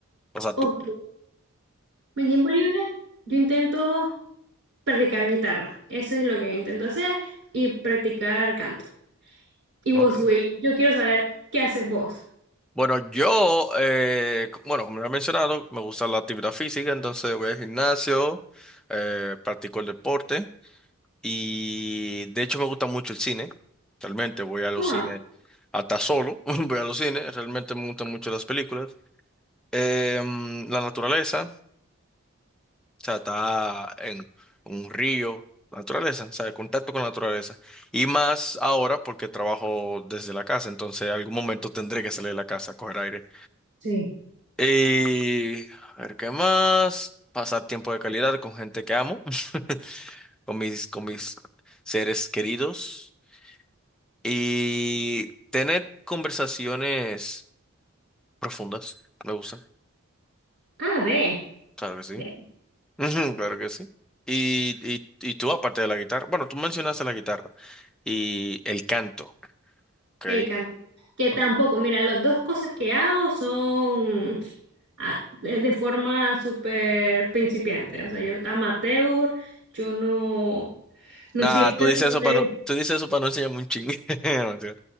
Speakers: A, in the centre; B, on the right.
A: O sea, tú.
B: Ok. Mi tiempo libre, yo intento practicar guitarra. Eso es lo que yo intento hacer y practicar canto. Y vos,
A: ok.
B: Will, yo quiero saber qué haces vos.
A: Bueno, yo, eh, c- bueno, como lo he mencionado, me gusta la actividad física, entonces voy al gimnasio, eh, practico el deporte y de hecho me gusta mucho el cine. Realmente voy a los
B: Ah,
A: cines hasta solo, <laughs> voy a los cines, realmente me gustan mucho las películas. Eh, mm, la naturaleza, o sea, está en un río, la naturaleza, o sea, el contacto con la naturaleza. Y más ahora porque trabajo desde la casa, entonces algún momento tendré que salir de la casa a coger aire.
B: sí.
A: Y a ver qué más. Pasar tiempo de calidad con gente que amo, <laughs> con mis, con mis seres queridos. Y tener conversaciones profundas. Me gusta.
B: Ah, ve,
A: Claro que sí.
B: ve,
A: <laughs> Ujú, Claro que sí. Y, y, y tú, aparte de la guitarra, bueno, tú mencionaste la guitarra y el canto, ¿ok?
B: el canto. Que tampoco,
A: Ok.
B: mira, las dos cosas que hago son ah, de de forma súper principiante. O sea, yo amateur, yo no, no
A: Nah,
B: soy experta
A: tú dices
B: en
A: eso
B: el taller.
A: para no, tú dices eso para no enseñarme un chingue. <laughs> Mentira.